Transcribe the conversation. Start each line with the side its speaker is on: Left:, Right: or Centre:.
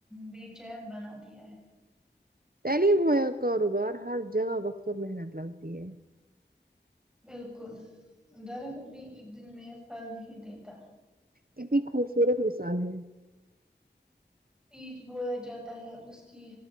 Centre: بے چین بنا دیا ہے
Right: تعلیم ہویا کاروبار ہر جگہ وقت اور محنت لگتی ہے
Centre: بالکل درخت بھی ایک دن میں پھل نہیں دیتا
Right: کتنی خوبصورت مثال ہے
Centre: بییچ بویا جاتا ہے اس کی